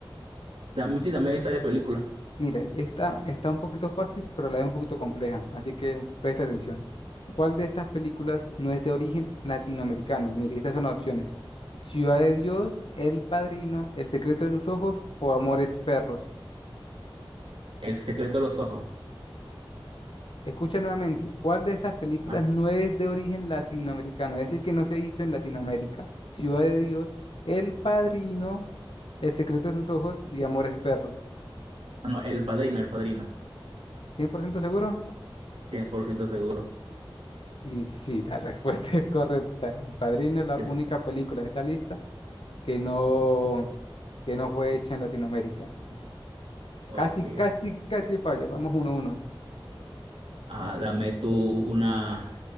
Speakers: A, on the right; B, on the left.
A: dame, sí, dame esa de película.
B: Mire, esta está un poquito fácil, pero a la es un poquito compleja, así que presta atención. ¿Cuál de estas películas no es de origen latinoamericano? Mire, estas son las opciones. Ciudad de Dios, El Padrino, El secreto de sus ojos o Amores Perros.
A: El secreto de los ojos.
B: Escucha nuevamente, ¿cuál de estas películas
A: Ah,
B: no es de origen latinoamericano? Es decir, que no se hizo en Latinoamérica. Ciudad de Dios, El Padrino, El secreto de sus ojos y Amores Perros.
A: No, El Padrino, El Padrino.
B: ¿100% seguro?
A: 100% seguro.
B: Y sí, la <laughs> respuesta es correcta. El Padrino es la
A: Sí,
B: única película de esa lista que no, que no fue hecha en Latinoamérica.
A: sí. Ok.
B: Casi, casi, casi falla. Vamos uno a uno.
A: Ah, dame tú una...